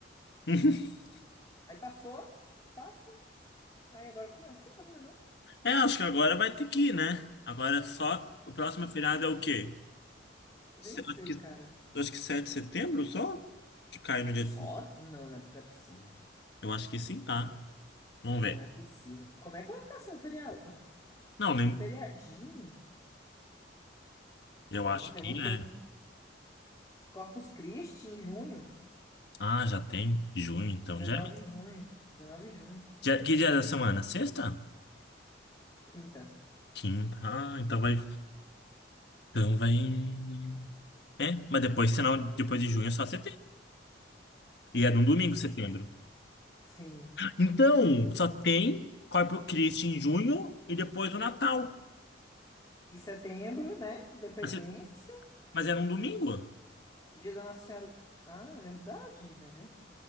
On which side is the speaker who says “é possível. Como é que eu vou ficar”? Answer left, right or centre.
Left